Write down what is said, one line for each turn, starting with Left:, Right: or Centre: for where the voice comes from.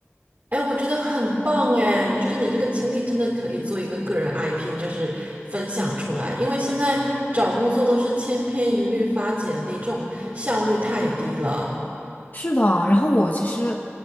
Right: 哎，我觉得很棒哎，就是你这个经历真的可以做一个个人 IP，就是分享出来。因为现在找工作都是千篇一律发简历，这种效率太低了。
Left: 是的，然后我其实，